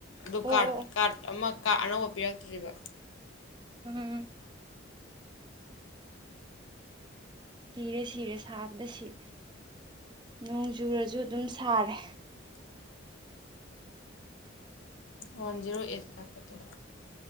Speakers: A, on the left; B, on the right.
A: ꯑꯗꯨ
B: ꯑꯣ
A: ꯀꯥꯔꯠ
B: ꯑꯣ ꯑꯣ
A: ꯀꯥꯔꯠ ꯑꯃ ꯀꯥꯔ ꯑꯅꯧꯕ ꯄꯤꯔꯛꯇ꯭ꯔꯤꯕ
B: ꯎꯝ ꯁꯤꯔꯦ ꯁꯤꯔꯦ ꯁꯥꯕꯗ ꯁꯤꯔꯦ ꯅꯣꯡ ꯆꯨꯔꯁꯨ ꯑꯗꯨꯝ ꯁꯥꯔꯦ
A: ꯋꯥꯟ ꯖꯤꯔꯣ ꯑꯩꯠ ꯀꯥꯞꯇꯥ